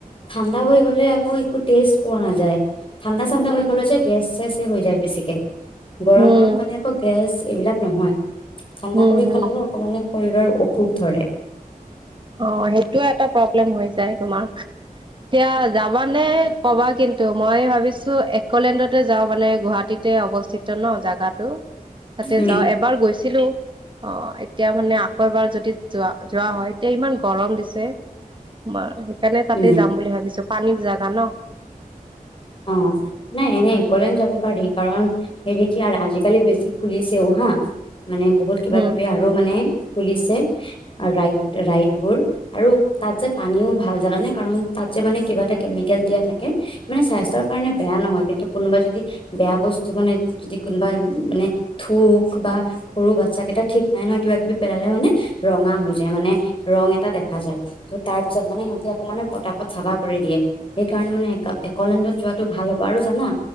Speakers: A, on the left; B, on the right.
A: ঠাণ্ডা হৈ গলে আকৌ একো টেষ্ট পোৱা নাযায় ঠাণ্ডা হৈ গলে যে গেছ চেচ হৈ যায় বছিকে। গৰম
B: উম,
A: গৰম খালে আকৌ গেছ এইবিলাক নহয় ঠাণ্ডা
B: হম,
A: কৰি
B: হম,
A: খালেও অকমানে শৰীৰৰ অসুখ ধৰে
B: অ সেইটোয়ে এটা প্ৰব্লেম হৈ যায় তোমাৰ এতিয়া যাবা নে কবা কিন্তু মই ভাবিছো। এৰ্কলেণ্ডতে যাওঁ মানে গুৱাহাটীতে অৱস্থিত ন জেগাটো তাতে
A: উম
B: যাওঁ এবাৰ গৈছিলো অ এতিয়া মানে আকৌ এবাৰ যদি যোৱা যোৱা হয় এতিয়া ইমান গৰম দিছে‌ মাৰ সেইকাৰণে তাতে
A: উম
B: যাম বুলি ভাবিছো পানীৰ জাগা ন
A: অ নাই এনেই একলেণ্ড যাব পাৰি কাৰণ এইৰি কি আৰু আজিকালি বেছি খুলিছেও হা মানে বহুত কিবা
B: উম
A: কিবি আৰু মানে খুলিছে। ৰাইড ৰাইড বোৰ আৰু তাত যে পানীও ভাল জানানে। কাৰণ তাত যে মানে কিবা এটা কেমিকেল দিয়া থাকে মানে চা। তাৰ কাৰণে বেয়া নহয় কিন্তু কোনোবা যদি বেয়া বস্তু মানে। যদি কোনোবা মানে থুক বা সৰু বাচ্ছাকেইটা ঠিক নাই নহয় কিবা কিবি পেলালে মানে। ৰঙা হৈ যায় মানে ৰং এটা দেখা যায় ত তাৰ পিছত মানে সিহঁতি আকৌ মানে পতাপত চাফা কৰি দিয়ে। সেইকাৰণে মানে একা একলেণ্ডত যোৱাটো ভাল হ'ব আৰু জানা।